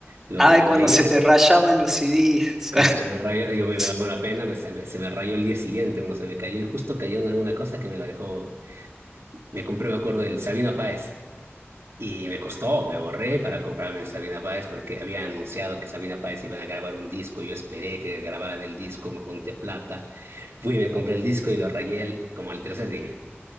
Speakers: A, on the right; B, in the centre.
A: Lo,
B: Ay,
A: lo
B: cuando
A: oía.
B: se te rayaban los CDs.
A: Cuando se me rayó, yo me, me daba
B: <laughs>
A: una pena, me- se, me, se me rayó el día siguiente, uno se me cayó y justo cayó en alguna cosa que me la dejó. Me compré, me acuerdo, el Sabino Páez. Y me costó, me borré para comprarme Sabina Páez porque había anunciado que Sabina Páez iban a grabar un disco. Yo esperé que grabaran el disco, me junté plata. Fui, me compré el disco y lo rayé el- como al tercer día.